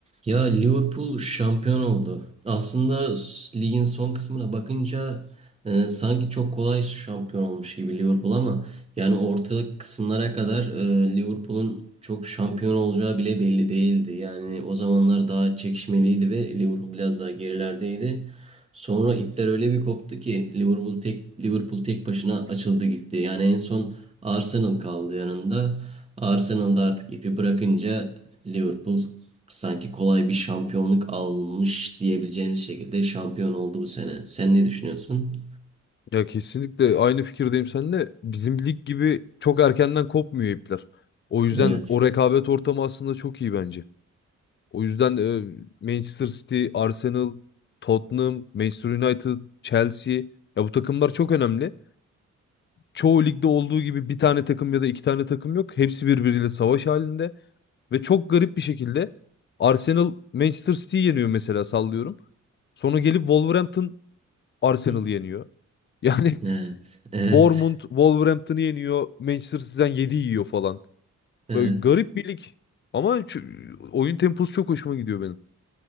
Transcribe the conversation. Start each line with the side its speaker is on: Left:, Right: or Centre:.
Right: Ya Liverpool şampiyon oldu. Aslında s- ligin son kısmına bakınca e, sanki çok kolay şampiyon olmuş gibi Liverpool ama yani ortalık kısımlara kadar e, Liverpool'un çok şampiyon olacağı bile belli değildi. Yani o zamanlar daha çekişmeliydi ve Liverpool biraz daha gerilerdeydi. Sonra ipler öyle bir koptu ki Liverpool tek Liverpool tek başına açıldı gitti. Yani en son Arsenal kaldı yanında. Arsenal da artık ipi bırakınca Liverpool sanki kolay bir şampiyonluk almış diyebileceğimiz şekilde şampiyon oldu bu sene. Sen ne düşünüyorsun?
Left: Ya kesinlikle aynı fikirdeyim seninle. Bizim lig gibi çok erkenden kopmuyor ipler. O yüzden
Right: Evet.
Left: o rekabet ortamı aslında çok iyi bence. O yüzden e, Manchester City, Arsenal, Tottenham, Manchester United, Chelsea ya bu takımlar çok önemli. Çoğu ligde olduğu gibi bir tane takım ya da iki tane takım yok. Hepsi birbiriyle savaş halinde ve çok garip bir şekilde Arsenal Manchester City'yi yeniyor mesela sallıyorum. Sonra gelip Wolverhampton Arsenal'ı
Right: Hı.
Left: yeniyor. Yani
Right: Evet.
Left: <laughs>
Right: Evet.
Left: Bournemouth Wolverhampton'ı yeniyor. Manchester City'den 7 yiyor falan.
Right: Evet.
Left: Böyle garip bir lig. Ama ç- oyun temposu çok hoşuma gidiyor benim.